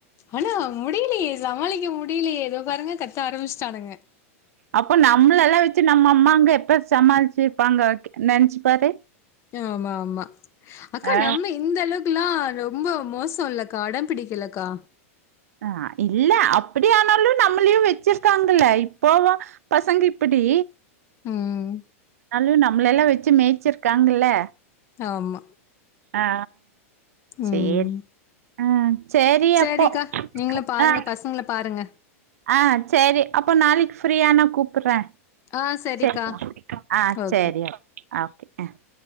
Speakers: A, on the left; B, on the right.
A: ஆனா முடியலயே சமாளிக்க முடியலயே இதோ பாருங்க கத்த ஆரம்பிச்சுட்டானுங்க
B: அப்போ நம்மளல்லா வச்சு நம்ம அம்மாங்க எப்ப சமாளிச்சுருப்பாங்க நெனைச்சி பாரு
A: ஆமா ஆமா அக்கா
B: ஆ,
A: நம்ம இந்த அளவுக் அப்டிலா ரொம்ப மோசோ இல்லக்கா அடம்பிடிக்கலக்கா
B: அ இல்ல அப்டிய ஆனாலு நம்மளையும் வச்சிருக்காங்கல்ல இப்போல்லா பசங்க இப்டி
A: ம்
B: அது நம்மள எல்லா வச்சு மேய்ச்சிருக்காங்கல்ல
A: ஆமா
B: அ
A: ம்
B: சேரி அ சேரி
A: சரிக்கா
B: அப்போ
A: நீங்களும் பாருங்க
B: அ
A: பசங்கள பாருங்க
B: அ சேரி அப்போ நாளைக்கு ஃப்ரீயானா கூப்புறே
A: ஆ சரிக்கா
B: சேரிக்கா அ
A: ஓகே
B: சேரியா ஓகே அ